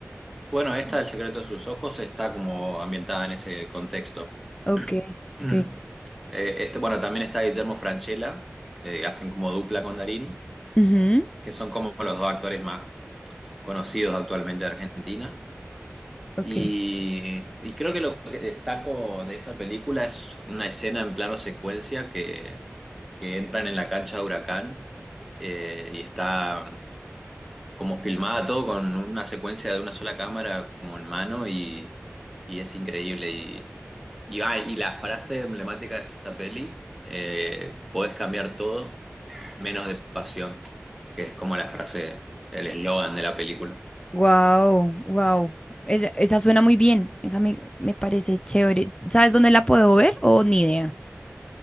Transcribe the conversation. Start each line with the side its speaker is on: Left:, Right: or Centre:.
Centre: Bueno, esta, El secreto de sus ojos, está como ambientada en ese contexto.
Left: Ok,
Centre: <clears throat>
Left: ok.
Centre: Eh, este, bueno, también está Guillermo Francella, que hacen como dupla con Darín,
Left: Ujú,
Centre: que son como los dos actores más conocidos actualmente de Argentina.
Left: ok.
Centre: Y, y creo que lo que destaco de esa película es una escena en plano secuencia que, que entran en la cancha de Huracán eh, y está como filmada todo con una secuencia de una sola cámara como en mano y, y es increíble. Y, y, ah, y la frase emblemática de esta peli, eh, podés cambiar todo menos de pasión, que es como la frase, el eslogan de la película.
Left: Wow, wow. Esa, esa suena muy bien. Esa me, me parece chévere. ¿Sabes dónde la puedo ver? O ni idea.